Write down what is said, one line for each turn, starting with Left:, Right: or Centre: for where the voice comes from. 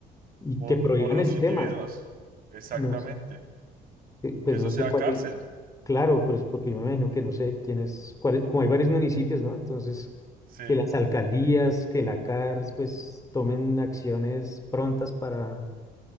Left: y
Right: O,
Left: que prohíban
Right: o los
Left: el
Right: individuos,
Left: tema.
Right: exactamente.
Left: No, s- eh, pues
Right: Que eso
Left: no sé
Right: sea
Left: cuál
Right: cárcel.
Left: es, claro, pues porque yo me imagino que no sé quién es, cuál es- como hay varios municipios, ¿no? Entonces,
Right: Sí,
Left: que las alcaldías, que la CARS, pues tomen acciones prontas para,